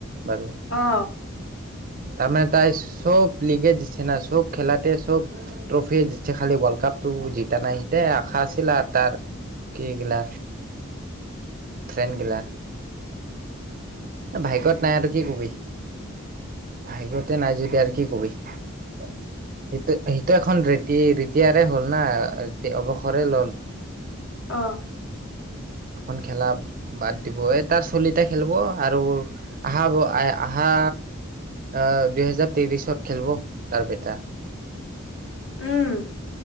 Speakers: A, on the right; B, on the left.
A: বাৰু।
B: অ।
A: তাৰমানে তাই চব লিগে দিছে না চব খেলাতে চব ট্ৰফিয়ে জিতিছে খালি ৱৰ্ল্ড কাপটো জিতা নাই তে আশা আছিল আ তাৰ কি গিলা ফ্ৰেণ্ড গিলা ভাগ্যত নাই আৰু কি কবি। ভাগ্যতে নাই যদি আৰু কি কবি সেইটো সেই ত এখন ৰি কি বিতিয়াৰে হ'ল না কি অৱসৰে ল'ল
B: অহ
A: এখন খেলা বাদ দিব এই তাৰ চলিটা খেলিব আৰু আহা ব আহা অ দুহেজাৰ তিৰিশত খেলিব তাৰ বেটা।
B: উম